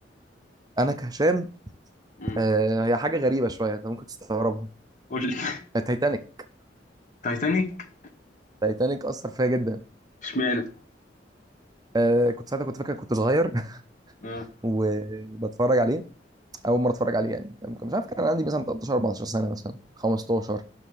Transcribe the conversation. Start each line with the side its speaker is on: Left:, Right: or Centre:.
Right: انا كهشام
Left: امم
Right: آه هي حاجه غريبه شويه انت ممكن تستغربها
Left: قول لي <laughs>
Right: تايتانيك
Left: تايتانيك
Right: تايتانيك اثر فيا جدا
Left: اشمعنى
Right: آه كنت ساعتها كنت فاكر كنت صغير <laughs>
Left: اه
Right: وبتفرج عليه اول مره اتفرج عليه يعني فاهم؟ مش عارف كان عندي مثلا 13 14 سنه مثلا 15